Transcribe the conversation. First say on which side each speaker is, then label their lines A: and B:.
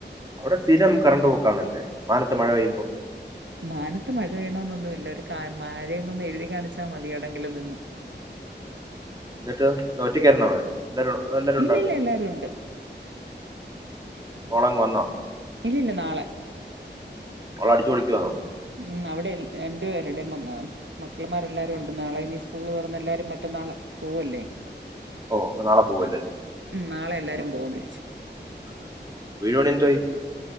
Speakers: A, on the right; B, on the right.
A: അവിടെ സ്ഥിരം കറണ്ട് പോക്കാന്നല്ലേ മാനത്ത് മഴ പെയ്യുമ്പോ
B: മാനത്ത് മഴ പെയ്യണോന്നൊന്നുല്ല ഒരു മഴന്നൊന്ന് എഴുതി കാണിച്ചാൽ മതിയാടെങ്കിലും നിന്ന്
A: ഉം ന്ന്ട്ട് ഒറ്റക്കായ്ര്ന്നോ അവടെ? എല്ലാരു അതോ എല്ലാരു
B: ഇല്ലില്ല എല്ലാരും ഒണ്ട്
A: മോളങ് വന്നോ
B: ഇല്ലില്ല നാളെ
A: മോള് അടിച്ചുപൊളിക്കുവാന്നോ
B: ഉം അവിടെ രണ്ടു പേരുടെയും അങ്ങ മക്കളമാരെല്ലാരും ഉണ്ട് നാളെ ഇനി സ്കൂള് തൊറന്നു എല്ലാരും മറ്റന്നാള് പോവല്ലേ
A: ഓ അപ്പൊ നാളെ പോവല്ലാരും
B: ആ, ഉം നാളെയെല്ലാരും പോവാൻ തീരുമാനിച്ചു
A: മ്മ് വീട് പണിയെന്തോ ആയി.